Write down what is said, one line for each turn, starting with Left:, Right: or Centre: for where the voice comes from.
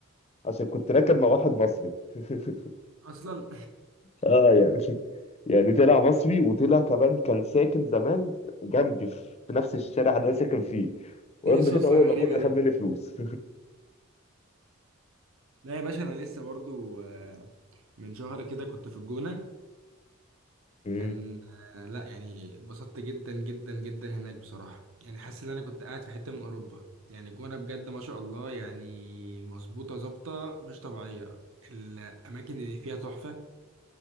Left: عشان كنت راكب مع واحد مصري <laughs>
Right: اصلا
Left: اه يعني <laughs> يعني طلع مصري وطلع كمان كان ساكن زمان جنبي في نفس الشارع اللي انا ساكن فيه
Right: <laughs>
Left: ورغم
Right: ده ايه الصدفة
Left: كده هو
Right: الغريبة
Left: الوحيد اللي
Right: دي
Left: خد مني فلوس
Right: لا يا باشا انا لسه برضو آه، من شهر كده كنت في الجونة
Left: <laughs> مم.
Right: كان آه، لا يعني اتبسطت جدا جدا جدا هناك بصراحة يعني حاسس ان انا كنت قاعد في حتة من اوروبا يعني الجونة بجد ما شاء الله يعني مظبوطة ظابطة مش طبيعية الاماكن اللي فيها تحفة